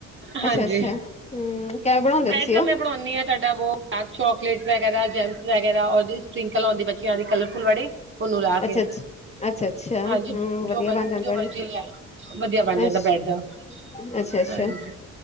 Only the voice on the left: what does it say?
ਅੱਛਾ ਅੱਛਾ ਹਮ ਕਿਵੇਂ ਬਣਾਉਂਦੇ
ਤੁਸੀਂ
ਉਹ
ਅੱਛਾ
ਅੱਛਾ ਅੱਛਾ ਅੱਛਾ
ਹਮ
ਵਧੀਆ
ਬਣ ਜਾਂਦੇ
ਹੋਣੇ
ਅੱਛਾ
ਅੱਛਾ ਅੱਛਾ